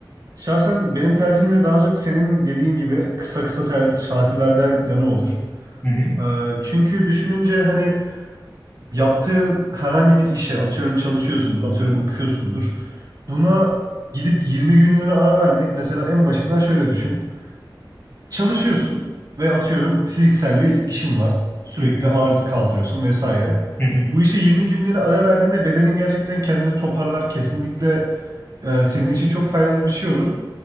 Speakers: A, on the right (about 45°); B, on the left (about 20°).
A: şahsen benim tercihim de daha çok senin dediğin gibi kısa kısa ter- tatillerde yana olur.
B: Hı hı,
A: Ee, çünkü düşününce hani yaptığın herhangi bir işe atıyorum çalışıyorsundur, atıyorum okuyorsundur. Buna gidip 20 günlüğüne ara vermek mesela en başından şöyle düşün. Çalışıyorsun ve atıyorum fiziksel bir işin var. Sürekli
B: hı hı,
A: ağır kaldırıyorsun vesaire.
B: hı hı,
A: Bu işe 20 günlüğüne ara verdiğinde bedenin gerçekten kendini toparlar. Kesinlikle e, senin için çok faydalı bir şey olur.